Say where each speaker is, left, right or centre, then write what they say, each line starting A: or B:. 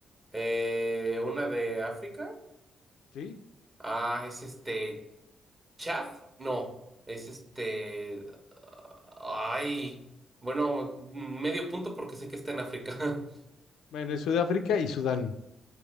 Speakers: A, on the right; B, on the left.
A: Eh, una de África.
B: Sí.
A: Ah, es este. Chad. No, es este. ah, Ay. Bueno, medio punto porque sé que está en África. <laughs>
B: Bueno, es Sudáfrica y Sudán.